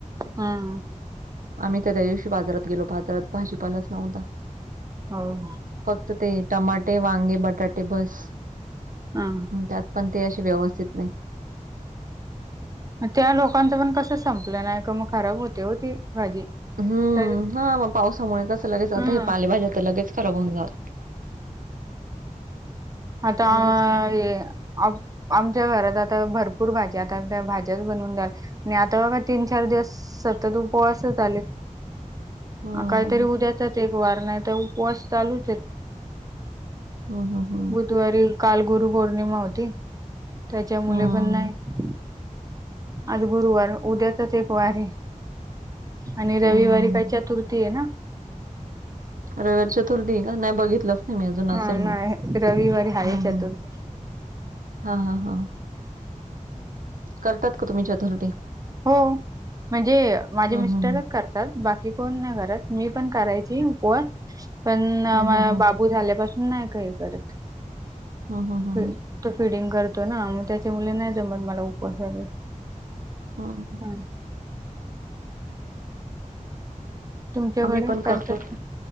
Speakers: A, on the right; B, on the right.
A: हां.
B: आम्ही त्या त्या दिवशी बाजारात गेलो. बाजारात भाजीपालाच नव्हता.
A: हो.
B: फक्त ते टमाटे, वांगे, बटाटे बस.
A: हा.
B: त्यात पण ते असे व्यवस्थित नाही.
A: त्या लोकांचं पण कसं संपलं नाही का मग खराब होते हो ती भाजी.
B: हम्म.
A: तरी
B: हा. मग पावसामुळे कसं लगेच आता
A: हम्म
B: हे पालेभाज्या तर लगेच खराब होऊन जाता.
A: आता
B: लगेच खराब
A: ए - आम आमच्या घरात आता भरपूर भाज्या. आता त्या भाज्याच बनवून- आणि आता बघा तीन चार दिवस सतत उपवासच आलेत.
B: हम्म
A: काहीतरी उद्याचाच एक वार ए. नाही तर उपवास चालूच येत.
B: हम. हम. ह.
A: बुधवारी काल गुरु पौर्णिमा होती. त्याच्या मुले
B: हम्म
A: पण नाही. आज गुरुवार उद्यातच एक वारी. आणि रविवारी
B: हम्म
A: काय चतुर्थी आहे ना.
B: रविवारी चतुर्थी का नाही बघितलं. ते मे अजून
A: हा
B: असेल मग
A: नाही रविवारी आहे
B: हम्
A: चतुर्थी
B: हम्, हा हा हा, करतात का तुम्ही चतुर्ते.
A: हो म्हणजे माझे मिस्टरच
B: हं हं.
A: कर''--'' तात बाकी कोण नाही करत मी पण करायची उपवास पण न
B: हं
A: माया
B: हं हं.
A: बाबू. बू झाल्यापासून नाही काही करत.
B: हा हा हा,
A: फि- तो फिडिंग करतो ना मग त्याच्यामुळे नाही जमत मला उपवासग वगैरे.
B: हम्,
A: ह, तुमच्याकडे
B: आम्ही पण
A: करतात
B: करतो.
A: का